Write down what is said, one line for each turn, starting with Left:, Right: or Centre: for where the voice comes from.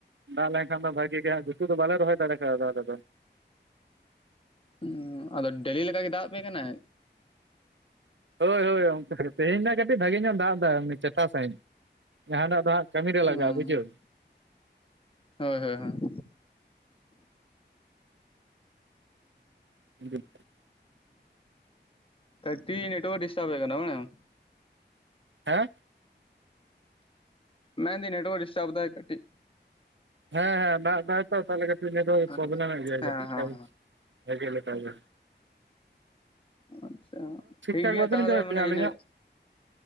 Right: ᱫᱟᱜ ᱞᱮᱱᱠᱷᱟᱱ ᱫᱚ ᱵᱷᱟᱜᱤ ᱜᱮ ᱜᱷᱩᱴᱩ ᱫᱚ ᱵᱟᱞᱮ ᱨᱚᱦᱚᱭ ᱫᱟᱲᱮ ᱠᱟᱣᱫᱟ ᱟᱞᱮ ᱫᱚ᱾
Left: ᱩᱸ ᱟᱫᱚ ᱰᱮᱞᱤ ᱞᱮᱠᱟ ᱜᱮ ᱫᱟᱜ ᱟᱯᱮ ᱠᱟᱱᱟᱭ᱾
Right: ᱦᱳᱭ ᱦᱳᱭ ᱚᱱᱛᱮ ᱠᱟᱴᱤᱡ᱾ ᱛᱮᱦᱮᱧ ᱱᱟᱜ ᱠᱟᱹᱴᱤᱡ ᱵᱷᱟᱜᱮ ᱧᱚᱜ ᱫᱟᱜ ᱫᱟᱭ ᱮᱢᱱᱤ ᱪᱮᱴᱷᱟ ᱥᱟᱺᱦᱤᱡ᱾ ᱡᱟᱦᱟᱸ ᱫᱟᱜ ᱫᱚ ᱦᱟᱸᱜ ᱠᱟᱹᱢᱤ ᱨᱮ
Left: ᱦᱮᱸ
Right: ᱞᱟᱜᱟᱜᱼᱟ ᱵᱩᱡᱷᱟᱹᱣ᱾
Left: ᱦᱳᱭ ᱦᱳᱭ ᱦᱳᱭ᱾
Right: <unintelligible>
Left: ᱟᱹᱰᱤ ᱮᱴᱣᱟᱨᱠ ᱰᱤᱥᱴᱟᱵ ᱦᱩᱭᱩᱜ ᱠᱟᱱᱟ ᱵᱟᱲᱟᱭᱟᱢ᱾
Right: ᱦᱮᱸ?
Left: ᱢᱮᱱ ᱫᱟᱹᱧ ᱱᱮᱴᱣᱟᱨᱠ ᱰᱤᱥᱴᱟᱵ ᱫᱟᱭ ᱠᱟᱴᱤᱡ᱾
Right: ᱦᱮᱸ ᱦᱮᱸ ᱫᱟᱜ ᱫᱟᱭ ᱛᱚ ᱛᱟᱦᱚᱞᱮ ᱠᱟᱴᱤᱡ ᱱᱮᱴᱣᱟᱨᱠ-ᱮ
Left: ᱦᱮᱸ
Right: ᱯᱨᱚᱵᱞᱮᱢᱮᱫ ᱜᱮᱭᱟᱭ
Left: ᱦᱮᱸ ᱦᱮᱸ
Right: ᱠᱟᱴᱤᱜ ᱵᱷᱟᱜᱤ ᱞᱮᱠᱟ ᱜᱮ᱾
Left: ᱟᱪᱪᱷᱟ ᱴᱷᱤᱠ
Right: ᱴᱷᱟᱠ
Left: ᱜᱮᱭᱟ
Right: ᱵᱟᱵᱮᱱ
Left: ᱛᱟᱦᱚᱞᱮ
Right: ᱟᱸᱡᱚᱢᱮᱫ
Left: ᱢᱟᱱᱮ
Right: ᱛᱤᱧᱟᱹ ᱟᱹᱞᱤᱧᱟᱜ
Left: ᱤᱱᱟᱹᱜ